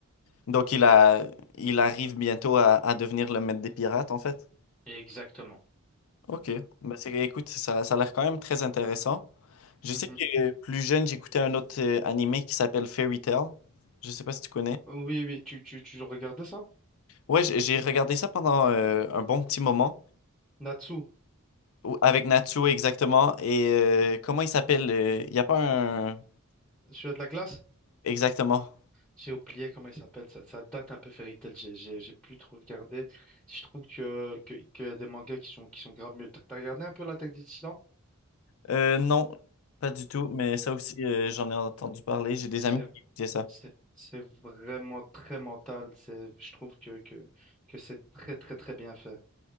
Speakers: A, on the left; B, in the centre.
A: Donc, il a, il arrive bientôt à, à devenir le maître des pirates, en fait.
B: Exactement.
A: Ok, Ben, c'est- écoute, ça, ça a l'air quand même très intéressant. Je
B: Mhm.
A: sais que euh, plus jeune, j'écoutais un autre euh, animé qui s'appelle Fairy Tail. Je sais pas si tu connais.
B: Oui, oui, tu tu tu regardais ça?
A: Ouais, j'ai j'ai regardé ça pendant euh, un bon petit moment,
B: Natsu.
A: Ou- avec Natsuo exactement. Et euh, comment il s'appelle? euh, Il n'y a pas un...
B: Celui-là de la glace,
A: Exactement.
B: j'ai oublié comment il s'appelle. Ça, ça date un peu Fairy Tail. J'ai, j'ai, j'ai plus trop regardé. Je trouve que, que, que y a des mangas qui sont, qui sont grave mieux. T'as t'as regardé un peu l'Attaque des Titans?
A: Euh, non, pas du tout, mais ça aussi, euh, j'en ai entendu parler. J'ai des
B: C'est,
A: amis qui écoutaient ça.
B: c'est, c'est vraiment très mental. C'est, je trouve que, que, que c'est très, très, très bien fait.